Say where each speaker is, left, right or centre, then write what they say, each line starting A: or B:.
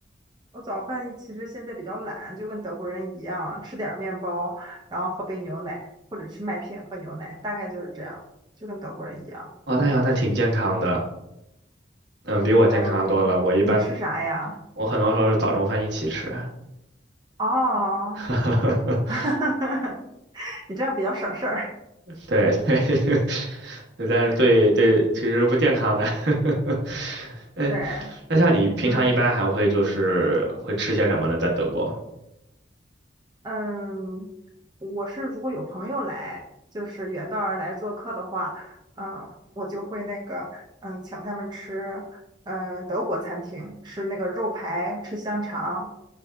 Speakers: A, on the right; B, on the right.
A: 我早饭一其实现在比较懒，就跟德国人一样，吃点儿面包，然后喝杯牛奶，或者吃麦片喝牛奶，大概就是这样，就跟德国人一样。
B: 哦，那样那挺健康的，嗯，比我健康多了。
A: 嗯，
B: 我一般
A: 你吃啥呀？
B: 我很多时候是早中饭一起吃，
A: 哦，
B: <laughs>
A: <laughs> 你这样比较省事儿。
B: 对对，<laughs> 但是对对，
A: 对
B: 其实不健康的。<laughs> 哎，
A: 对，
B: 那像你平常一般还会就是会吃些什么呢？
A: 嗯。
B: 在德国？
A: 嗯，我是如果有朋友来，就是远道而来做客的话，嗯，我就会那个，嗯，请他们吃，嗯，德国餐厅，吃那个肉排，吃香肠，